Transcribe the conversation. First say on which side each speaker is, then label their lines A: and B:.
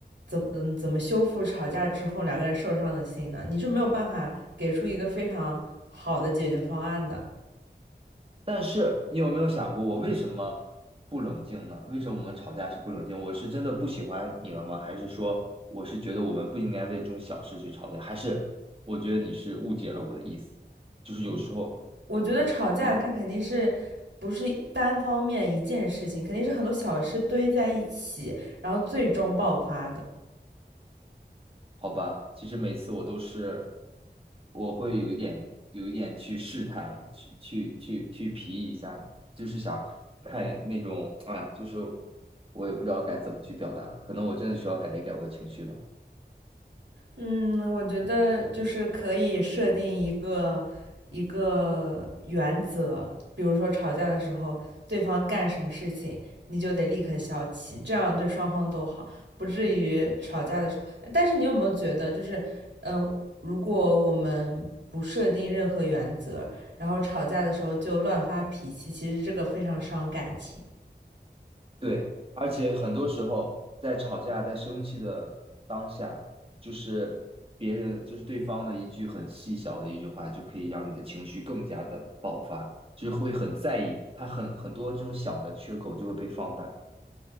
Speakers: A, on the right (about 80°); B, on the right (about 30°).
A: 怎嗯怎么修复吵架之后两个人受伤的心呢？你是没有办法给出一个非常好的解决方案的。
B: 但是你有没有想过我为什么不冷静呢？为什么我们吵架是不冷静？我是真的不喜欢你了吗？还是说我是觉得我们不应该为这种小事去吵架？还是我觉得你是误解了我的意思？就是有时候我我。
A: 我觉得吵架它肯定是不是单方面一件事情，肯定是很多小事堆在一起，然后最终爆发的。
B: 好吧，其实每次我都是，我会有一点有一点去试探，去去去去皮一下，就是想看那种，哎呀，就是我也不知道该怎么去表达，可能我真的需要改一改我的情绪吧。
A: 嗯，我觉得就是可以设定一个一个原则，比如说吵架的时候，对方干什么事情，你就得立刻消气，这样对双方都好，不至于吵架的时候。但是你有没有觉得，就是嗯，呃如果我们不设定任何原则，然后吵架的时候就乱发脾气，其实这个非常伤感情。
B: 对，而且很多时候在吵架、在生气的当下，就是别人就是对方的一句很细小的一句话，就可以让你的情绪更加的爆发，就是会很在意，他很很多这种小的缺口就会被放大。